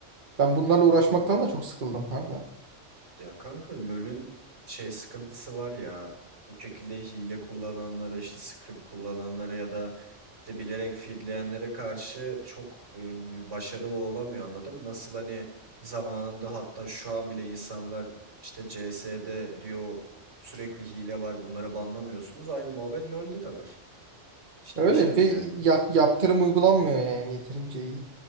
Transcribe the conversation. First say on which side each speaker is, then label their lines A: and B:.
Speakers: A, on the right; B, on the right.
A: Ben bunlarla uğraşmaktan da çok sıkıldım kanka.
B: Ya kanka LoL'ün şey sıkıntısı var ya. Bu şekilde hile kullananlara işte script kullananlara ya da de bilerek feedleyenlere karşı çok e, başarılı olamıyor anladım. Nasıl hani zamanında hatta şu an bile insanlar işte CS'de diyor sürekli hile var bunları banlamıyorsunuz. Aynı muhabbet LoL'de de var. Hiç
A: Öyle
B: değişmedi
A: ve
B: yani.
A: yap, yaptırım uygulanmıyor yani yeterince iyi.